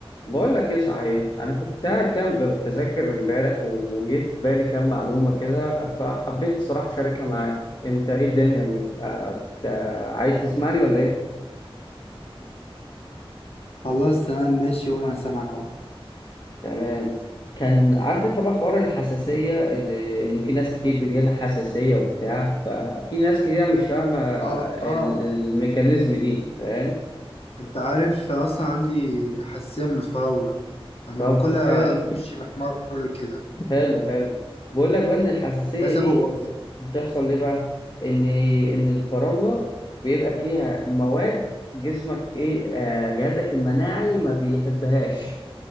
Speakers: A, on the left; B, on the left.
A: بقول لك ايه صحيح انا كنت قاعد كده ب- بذاكر امبارح و- وجه في بالي كام معلومه كده فحبيت الصراحه اشاركها معاك انت ايه الدنيا مس... آه، ت- عايز تسمعني ولا ايه
B: خلاص تمام ماشي قول وانا سامعك اهو
A: تمام كان عارف انت بقى حوار الحساسيه اللي ان في ناس كتير بيجي لها حساسيه وبتاع ففي ناس كتير مش فاهمه
B: اه
A: ال-
B: اه
A: الميكانيزم دي فاهم
B: انت عارف انا اصلا عندي حساسيه من الفراوله اما
A: طب
B: باكلها
A: حلو
B: وشي بيحمر كده
A: حلو حلو بقول لك بقى ان الحساسيه
B: ده سببه
A: دي
B: ايه
A: بتحصل ليه بقى ان ان الفراوله بيبقى فيها مواد جسمك ايه آه، جهازك المناعي ما بيحبهاش